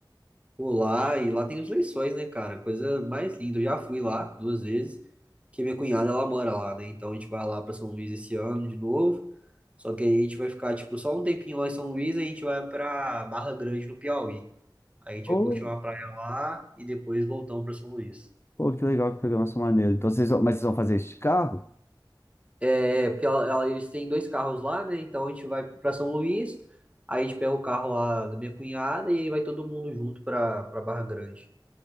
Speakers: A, on the right; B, on the left.
A: Pô, lá, e lá tem os lençóis, né, cara? Coisa mais linda. Eu já fui lá duas vezes, que minha cunhada, ela mora lá, né? Então a gente vai lá pra São Luís esse ano de novo. Só que aí a gente vai ficar, tipo, só um tempinho lá em São Luís, aí a gente vai pra Barra Grande, no Piauí. Aí a gente
B: Ou,
A: vai curtir uma praia lá e depois voltamos pra São Luís.
B: pô, que legal, que programação maneira. Então, vocês vão, mas vocês vão fazer este carro?
A: É, é, porque ela- ela- eles têm dois carros lá, né? Então a gente vai pra São Luís, aí a gente pega o carro lá da minha cunhada e aí vai todo mundo junto pra, pra Barra Grande.